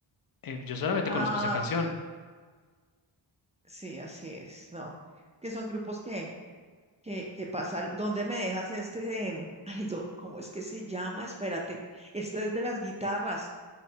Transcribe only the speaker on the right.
Ah,
sí, sí, así es, no. Que son grupos que, que, que pasaron. ¿Dónde me dejas este de, ay, do- ¿cómo es que se llama? Espérate, este es de las guitarras.